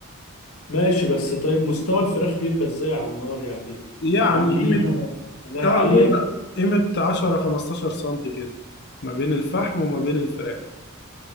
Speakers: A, on the left; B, on the left.
A: ماشي بس طيب مستوى الفراخ بيبقى ازاي على النار يعني
B: يعني
A: اعليها
B: قيمة
A: خليها
B: اه
A: عالية
B: لا لا قيمة 10 15 سنتي كده ما بين الفحم وما بين الفراخ